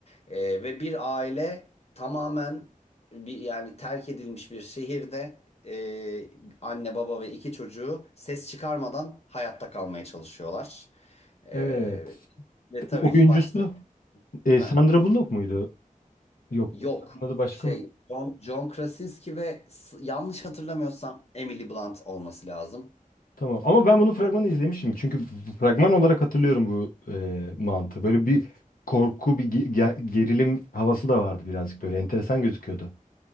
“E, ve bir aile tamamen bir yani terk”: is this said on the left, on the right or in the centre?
Left